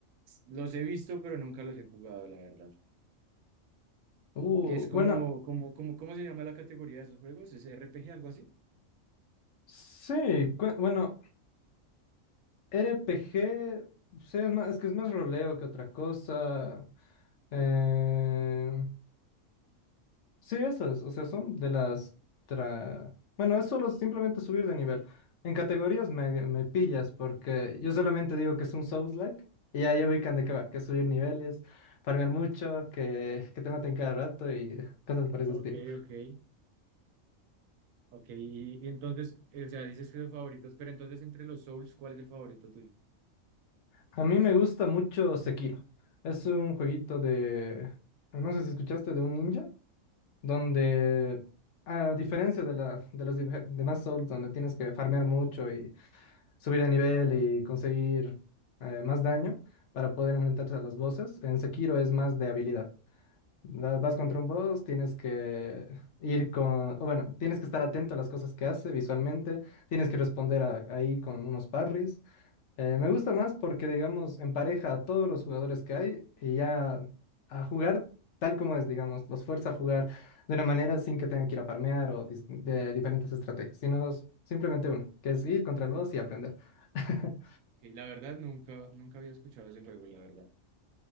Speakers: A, on the right; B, on the left.
A: Los he visto, pero nunca los he jugado, la verdad.
B: Uh,
A: Que es como,
B: bueno,
A: como, como, ¿cómo se llama la categoría de esos juegos? ¿Es RPG, algo así?
B: sí, cu- bueno, RPG, sí, es más, es que es más roleo que otra cosa.
A: Ok,
B: Eh, sí, esas, o sea, son de las... tra- Bueno, es solo simplemente subir de nivel. En categorías me, me pillas porque yo solamente digo que es un Souls-like y ya, ya ubican de qué va, que es subir niveles, farmear mucho, que, que te maten cada rato y cosas por ese
A: ok,
B: estilo.
A: ok. Ok, y, y entonces, o sea, dices que los favoritos, pero entonces entre los Souls, ¿cuál es el favorito tuyo?
B: A mí me gusta mucho Sekiro. Es un jueguito de... No sé si escuchaste de un ninja. donde, a diferencia de, la, de los dife- demás Souls, donde tienes que farmear mucho y subir de nivel y conseguir eh, más daño para poder enfrentarte a los bosses, en Sekiro es más de habilidad. Va- Vas contra un boss, tienes que ir con, o bueno, tienes que estar atento a las cosas que hace visualmente, tienes que responder a- ahí con unos parries. Eh, me gusta más porque, digamos, empareja a todos los jugadores que hay y ya a jugar tal como es, digamos, los fuerza a jugar de una manera sin que tengan que ir a farmear o dis- de diferentes estrategias, sino s- simplemente uno, que es ir contra el boss y aprender. <laughs>
A: Ok, la verdad, nunca, nunca había escuchado ese juego, la verdad.